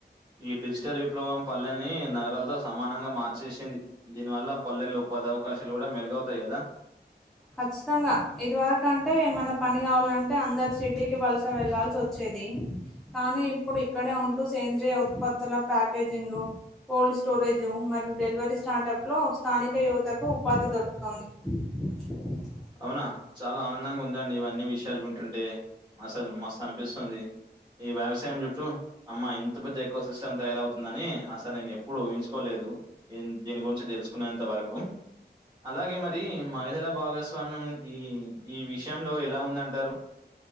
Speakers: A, on the right; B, in the centre.
A: ఈ డిజిటల్ విప్లవం పల్లెల్ని నగరాలతో సమానంగా మార్చేసింది దీనివల్ల పల్లెలు ఉపాధి అవకాశాలు కూడా మెరుగవుతాయి కదా
B: కఖచ్చితంగా ఇదివరక అంటే ఏమన్నా పని కావాలంటే అందరు సిటీకి వలస వెళ్లాల్సి వచ్చేది కానీ ఇప్పుడు ఇక్కడే ఉంటూ సేంద్రియ ఉత్పత్తుల ప్యాకేజింగ్ కోల్డ్ స్టోర్ స్టోరేజ్ మరియు డెలివరీ స్టార్టప్లో స్థానిక యువతకు ఉపాధి దొరుకుతుంది <unintelligible>
A: అవునా చాలా ఆనందంగా ఉందండి ఇవన్నీ విషయాలు వింటుంటే అసలు మస్తు అనిపిస్తుంది ఈ వ్యవసాయం చుట్టూ అమ్మ ఇంత పెద్ద ఎకో సిస్టమ్ తయారవుతుందని అసలు నేను ఎప్పుడు ఊహించుకోలేదు దీని గురించి తెలుసుకునేంత వరకు అలాగే మరి మహిళల బాగ స్వామ్యం ఈ ఈ విషయంలో ఎలా ఉందంటారు